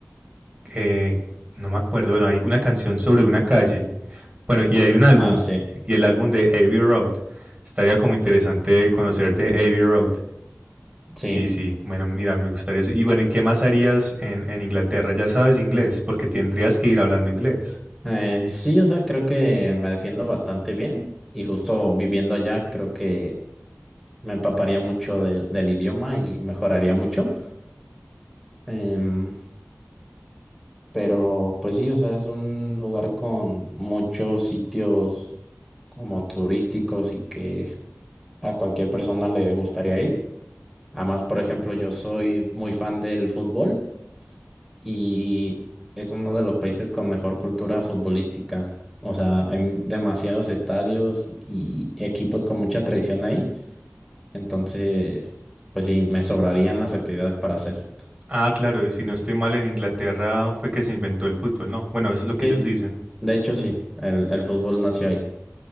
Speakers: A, on the right; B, in the centre.
A: eh, no me acuerdo, bueno, hay una canción sobre una calle. Bueno, y hay un álbum,
B: Ah, sí,
A: y el álbum de Abbey Road. Estaría como interesante conocer de Abbey Road.
B: sí.
A: Sí, sí, bueno, mira, me gustaría eso. Y bueno, ¿y qué más harías en, en Inglaterra? Ya sabes inglés, porque tendrías que ir hablando inglés.
B: Eh, sí, o sea, creo que me defiendo bastante bien y justo viviendo allá creo que me empaparía mucho del del idioma y mejoraría mucho. Em, pero pues sí, o sea, es un lugar con muchos sitios como turísticos y que a cualquier persona le gustaría ir. Además, por ejemplo, yo soy muy fan del fútbol y es uno de los países con mejor cultura futbolística. O sea, hay demasiados estadios y equipos con mucha tradición ahí. Entonces, pues sí, me sobrarían las actividades para hacer.
A: Ah, claro, y si no estoy mal, en Inglaterra fue que se inventó el fútbol, ¿no? Bueno, eso es lo
B: Sí,
A: que ellos dicen.
B: de hecho sí, el, el fútbol nació ahí.